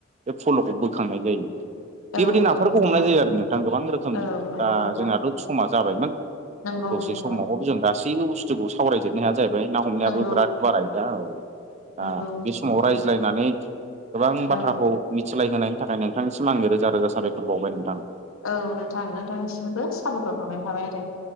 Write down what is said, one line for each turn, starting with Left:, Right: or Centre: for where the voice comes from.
Right: बे फल'खौ बोखांनाय जायो बेबायदि
Left: औ
Right: नाफोरखौ
Left: औ नोंथां
Right: हमनाय जायो आरो नोंथां गोबां रोखोमनि
Left: औ नंगौ
Right: दा
Left: नोंथां
Right: जोंहाथ' समा जाबायमोन
Left: नंगौ
Right: दसे
Left: नंगौ
Right: समावबाबो जों गासैबो बुस्थुखौ सावरायजोबनो हाया जाहैबाय ना हमनायाबो
Left: नंगौ
Right: बिराद बाराय दा औ
Left: नंगौ
Right: दा बे समाव
Left: नोंथां
Right: रायज्लायनानै गोबां बाथ्राखौ
Left: औ
Right: मिथ सलाय होनायनि थाखाय नोंथांनिसिम आङो रोजा रोजा साबायखर बावबाय नोंथां
Left: औ नोंथां नोंथांनिसिमबो साबायखर बावनाय थाबाय आरो